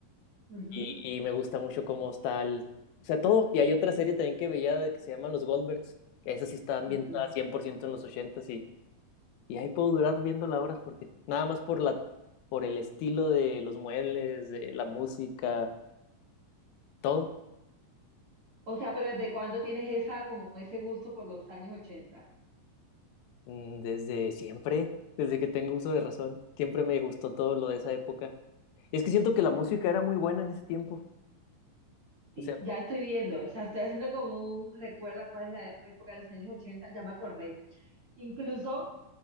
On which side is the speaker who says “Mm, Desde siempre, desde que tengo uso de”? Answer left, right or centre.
Left